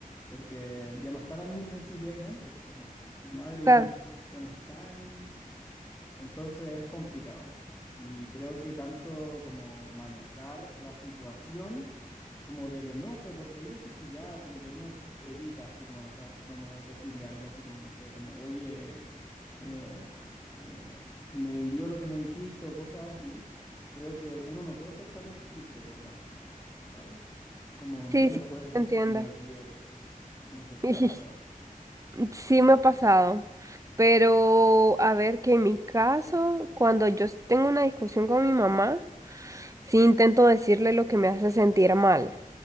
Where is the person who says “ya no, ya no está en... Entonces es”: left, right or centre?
Left